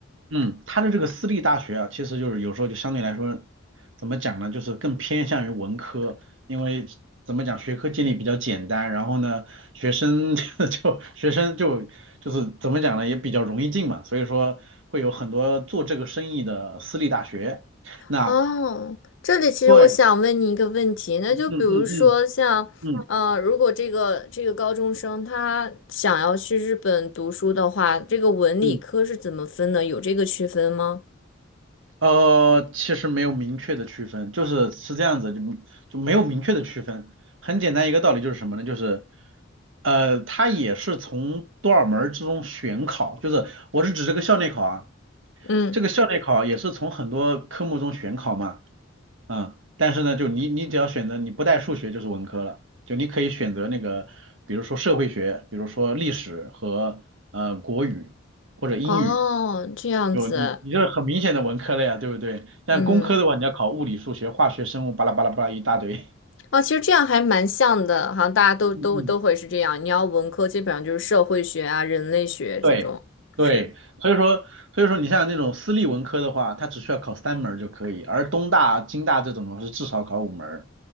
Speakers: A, on the right; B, on the left.
A: 嗯，它的这个私立大学啊，其实就是有时候就相对来说，怎么讲呢，就是更偏向于文科，因为怎么讲，学科建立比较简单，然后呢，学生 <laughs> 就学生就就是怎么讲呢，也比较容易进嘛，所以说会有很多做这个生意的私立大学。那
B: 哦，这里其实我想问你一个问题，
A: 对，
B: 那就比如说像，
A: 嗯嗯嗯嗯
B: 呃，如果这个这个高中生他想要去日本读书的话，这个文理科是怎么分的？
A: 嗯，
B: 有这个区分吗？
A: 呃，其实没有明确的区分，就是是这样子，就就没有明确的区分。很简单一个道理就是什么呢？就是呃，它也是从多少门儿之中选考，就是我是指这个校内考啊，
B: 嗯。
A: 这个校内考也是从很多科目中选考嘛，嗯，但是呢，就你你只要选择你不带数学就是文科了，就你可以选择那个，比如说社会学，比如说历史和呃国语或者英语。
B: 哦，这样子，
A: 有你，你这很明显的文科类呀，对不对？但工科的话，
B: 嗯，
A: 你要考物理、数学、化学、生物，巴拉巴拉巴拉一大堆。<laughs>
B: 哦，其实这样还蛮像的，好像大家都都都会是这样。
A: 嗯嗯，
B: 你要文科，基本上就是社会学啊、人类学这种。
A: 对对，
B: 是，
A: 所以说所以说你像那种私立文科的话，它只需要考三门儿就可以，而东大、京大这种的话是至少考五门儿。